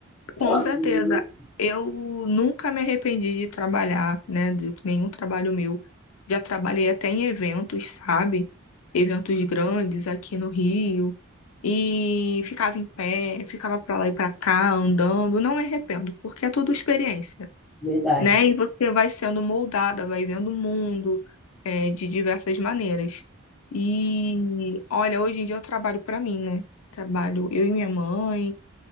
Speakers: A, on the left; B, in the centre.
A: Com
B: Pelo amor
A: certeza.
B: de Deus,
A: Eu nunca me arrependi de trabalhar, né? De nenhum trabalho meu. Já trabalhei até em eventos, sabe? Eventos grandes aqui no Rio. E ficava em pé, ficava pra lá e pra cá, andando. Não me arrependo, porque é tudo experiência,
B: Verdade.
A: né? E você vai sendo moldada, vai vendo o mundo, é, de diversas maneiras. E olha, hoje em dia eu trabalho pra mim, né? Trabalho eu e minha mãe.